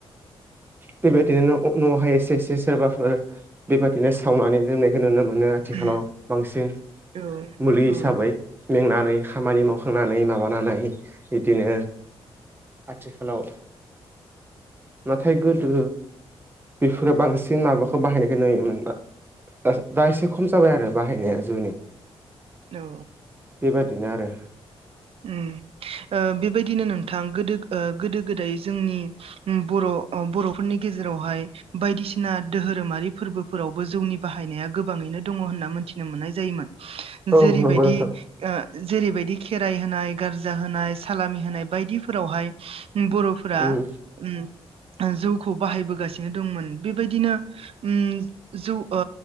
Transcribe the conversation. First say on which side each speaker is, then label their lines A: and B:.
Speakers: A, on the right; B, on the right.
A: बेबायदिनो न'हाय एसे एसे सोरबाफोर बेबायदिनो सावनानै लोंनायखौ नुनो मोनो ओ आथिखालाव
B: उम
A: बांसिन
B: औ
A: मुलि हिसाबै
B: औ
A: मेंनानै खामानि मावखांनानै माबा बिदिनो आथिखालाव नथाय गोदो बेफोरो बांसिन माबाखौ बाहायनायखौ नुयोमोन दा दाएसे खम जाबाय आरो बाहायनाया जौनि
B: औ
A: बेबादिनो आरो
B: ओम ओ बेबायदिनो नोंथां गोदो ओ गोदो गोदाय जोंनि बर'अ बर'फोरनि गेजेराव गेजेरावहाय बायदिसिना दोधोरोमारि फोरबोफोरावबो जौनि बाहायनाया गोबाङैनो दङ होनना मिथि नुनो मोननाय जायोमोन
A: औ
B: जेरैबायदिओ
A: नंगौ नोंथां
B: जेरैबायदि खेराइ होनाय गारजा होनाय सालामि होनाय बायदिफोरावहाय बर'फोरा
A: उम
B: ओम ओ जौखौ बाहायबोगासिनो दंमोन बेबायदिनो ओम जौओ